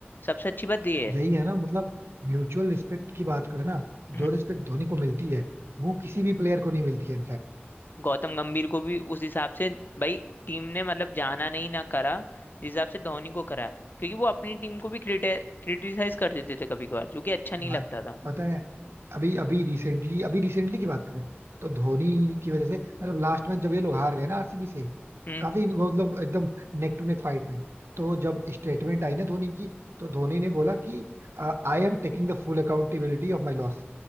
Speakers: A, on the left; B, on the right.
A: सबसे अच्छी बात ये है
B: यही है ना मतलब म्यूचुअल रिस्पेक्ट की बात करें ना
A: हम्म,
B: जो रिस्पेक्ट धोनी को मिलती है वो किसी भी प्लेयर को नहीं मिलती है
A: गौतम गंभीर को भी उस हिसाब से भाई टीम ने मतलब जाना नहीं ना करा जिस हिसाब से धोनी को करा क्योंकि वो अपनी टीम को भी क्रिटिसाइज कर देते थे कभी कभार जो कि अच्छा नहीं
B: भाई
A: लगता था
B: पता है अभी अभी रिसेंटली अभी रिसेंटली की बात करें तो धोनी की वजह से मतलब लास्ट में जब ये लोग हार गए ना आरसीबी से
A: हम्म
B: काफी वो मतलब एकदम नेक टू नेक फाइट में तो जब स्टेटमेंट आई ना धोनी की तो धोनी ने बोला कि I am taking the full accountability of my loss